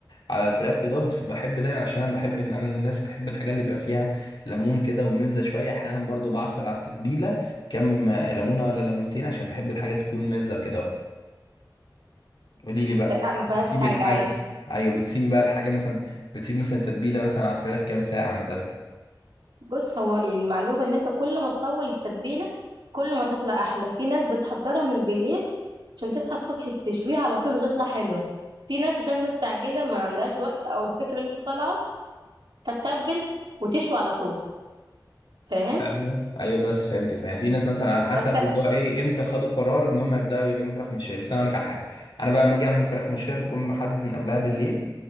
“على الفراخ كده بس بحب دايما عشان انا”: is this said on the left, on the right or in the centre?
Left